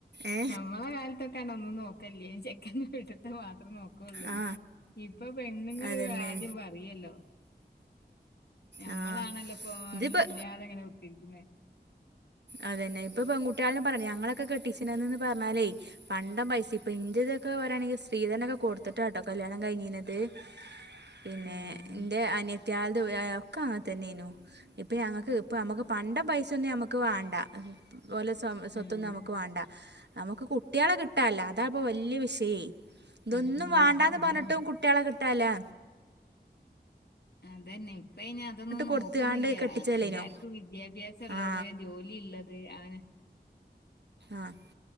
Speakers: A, on the right (about 75°); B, on the left (about 65°).
A: ഏ
B: ഞമ്മള കാലത്തൊ ക്കന്നാ ഒന്നും നോക്കല്ല്യേ ചെക്കന്റെ വീട്ട്ത്ത മാത്രം നോക്കും കൊള്ളും
A: ആ
B: ഇപ്പ പെണ്ണുങ്ങള്
A: അതന്നെ
B: ആദ്യം പറയല്ലോ ഞമ്മളാണല്ലോപ്പോ
A: ആ ഇതിപ്പോ
B: അന്നുംല്ലാതെങ്ങനെ കുത്തിരിക്കുന്നേ
A: അതന്നെ ഇപ്പൊ പെൺകുട്ടികളും പറണ്ട ഞങ്ങളൊക്കെ കെട്ടിച്ചന്ന്ന്ന് പറഞ്ഞാലേ പണ്ട പൈസ ഇപ്പ ഇന്റെ ഇതൊക്കെ വരാണെങ്കിൽ സ്ത്രീതനോക്കെ കൊടുത്തിട്ടാ ട്ടോ കല്യാണം കഴിഞ്ഞീന്നത് പിന്നെ
B: ഉം.
A: എന്റെ അനിയത് യാണ്ട് വെ ഒക്കെ അങ്ങെനെതന്നെനു ഇപ്പ ഞങ്ങക്ക് ഇപ്പ നമുക്ക് പണ്ട പൈസ ഒന്ന് ഞമക്ക് നമക്ക് വേണ്ട പോലെ സ്വ സ്വത്തും
B: ആഹ്.
A: നമുക്ക് വേണ്ട നമുക്ക് കുട്ട്യാള കിട്ടാല്ല അതാ ഇപ്പൊ വല്യെ വിഷയേ ഇതൊന്നും
B: ആഹ്.
A: വേണ്ടാന്ന്
B: അതാണ്.
A: പറഞ്ഞിട്ടും കുട്ട്യാള കിട്ടാൻല്ലാ
B: അതന്നെ ഇപ്പ ഇനി അതൊന്നും നോക്കുന്നില്ല
A: കൊടുത്തുകാണ്ട് കെട്ടിച്ചല്ലേനോ
B: എല്ലാർക്കും വിദ്യാഭ്യാസം ഉള്ളത്
A: ആ
B: ജോലി ഇള്ളത് അങ്ങനെ
A: ആഹ്